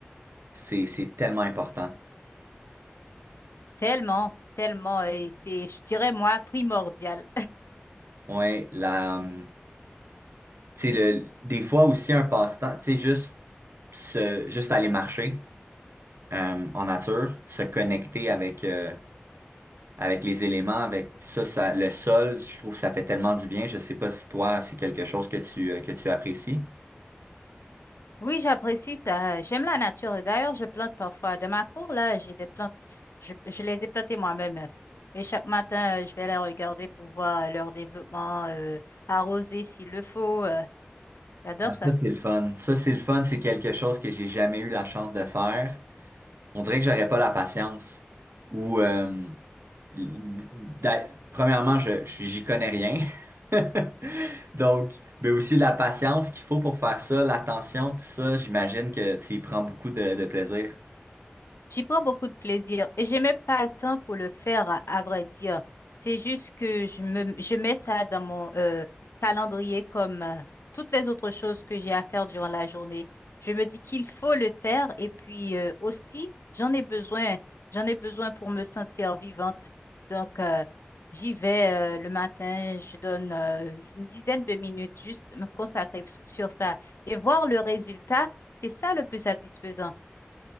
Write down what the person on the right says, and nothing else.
C'est, c'est tellement important.
Ouais, la, euh, tu sais, le, des fois aussi un passe-temps, tu sais, juste, se, juste aller marcher euh, en nature, se connecter avec, euh, avec les éléments, avec ça, ça, le sol, je trouve que ça fait tellement du bien. Je sais pas si toi, c'est quelque chose que tu, euh, que tu apprécies.
Ah, Ça,
c'est le fun. Ça, c'est le fun. C'est quelque chose que j'ai jamais eu la chance de faire. On dirait que j'aurais pas la patience. Ou, euh, l- d'a- premièrement, je, j'y connais rien. <laughs> Donc, mais aussi la patience qu'il faut pour faire ça, l'attention, tout ça, j'imagine que tu y prends beaucoup de, de plaisir.